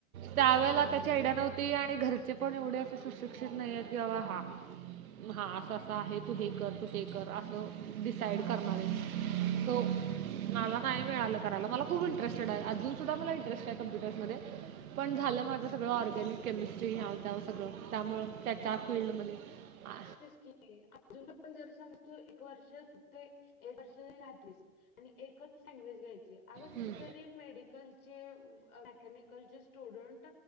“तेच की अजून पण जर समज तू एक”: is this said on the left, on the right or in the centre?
Left